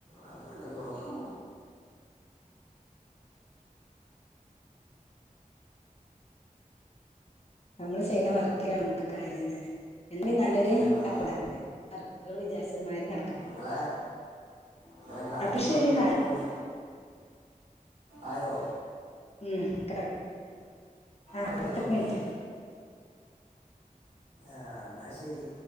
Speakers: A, on the right; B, on the left.
A: അങ്ങനെ നോക്കും.
B: നമ്മള് ചെയ്യുന്ന വർക്കിലാ നമ്മുക്ക് കാര്യന്ന് എന്തിനും നല്ലൊരുല്ല
A: ഏ, ആ
B: <unintelligible> ങ്ങള് വിചാര്ച്ചത് മാരി നട
A: നിങ്ങളെ നിങ്ങളെ ഗ്രാഫറ്റിഗ്
B: അപ്പൊ ശരി
A: ഒക്കെ എങ്ങനെ
B: എന്നാൽ
A: പോണ് അയോ
B: ഉം കറക് ആ
A: അടുക്കി
B: പത്ത്
A: നോക്കട്ടെ
B: മിനിറ്റ്
A: ആഹ് എന്നാ ശരി